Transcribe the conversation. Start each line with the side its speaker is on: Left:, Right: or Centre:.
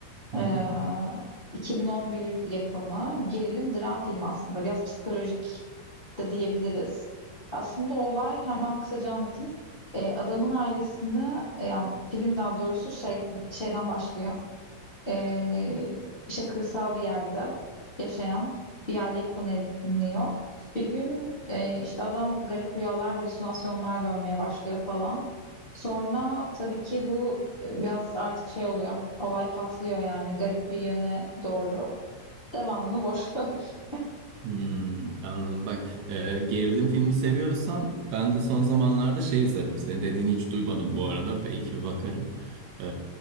Right: Hı
Left: Ee,
Right: hı.
Left: 2011 yapımı gerilim dram filmi aslında. Biraz psikolojik de diyebiliriz. Aslında olay hemen kısaca anlatayım. Ee, adamın ailesini yani film daha doğrusu şey şeyden başlıyor e, işte kırsal bir yerde yaşayan bir aile konu ediniyor. Bir gün e, işte adam garip rüyalar, halüsinasyonlar görmeye başlıyor falan. Sonra tabii ki bu e, biraz artık şey oluyor. Olay patlıyor yani garip bir yöne doğru. Devamını boş <laughs> ver.
Right: Hmm, anladım. Bak, e, gerilim filmi seviyorsan ben de son zamanlarda şey izledim. Senin dediğini hiç duymadım bu arada. Belki bir bakarım. E,